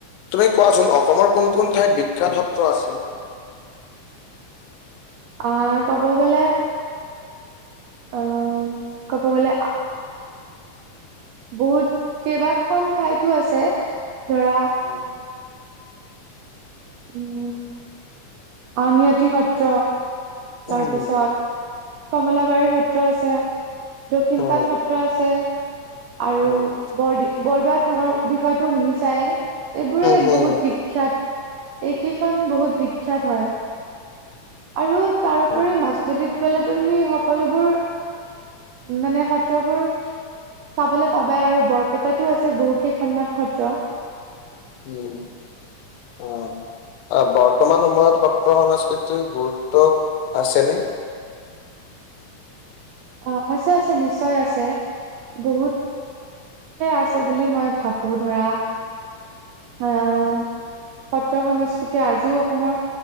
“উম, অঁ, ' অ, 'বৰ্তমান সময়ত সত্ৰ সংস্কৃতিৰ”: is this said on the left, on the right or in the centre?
Left